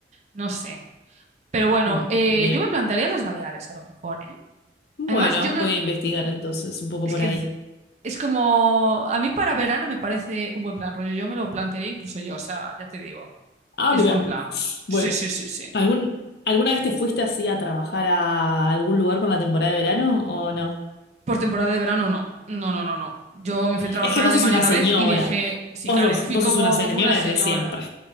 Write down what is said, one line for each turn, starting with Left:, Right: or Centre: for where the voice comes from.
Right: no sé. Pero bueno,
Left: mm,
Right: eh,
Left: bien.
Right: yo me plantearía las Baleares a lo mejor, ¿eh?
Left: Bueno,
Right: Además, yo creo,
Left: voy a investigar entonces un poco
Right: Es
Left: por
Right: que
Left: ahí.
Right: es es como, a mí para verano me parece un buen plan, rollo, yo me lo plantearía incluso yo, o sea, ya te digo,
Left: Ah,
Right: es
Left: mira.
Right: buen plan. Sí,
Left: Bueno,
Right: sí, sí, sí.
Left: ¿algún, alguna vez te fuiste así a trabajar a algún lugar por la temporada de verano o no?
Right: Por temporada de verano no, no, no, no, no. Yo
Left: Claro.
Right: me fui a trabajar
Left: Es que vos
Right: a Alemania
Left: sos una
Right: una
Left: señora.
Right: vez y dije, sí,
Left: Vos
Right: claro,
Left: dos,
Right: yo fui
Left: vos
Right: como,
Left: sos una señora
Right: como una señora.
Left: desde siempre.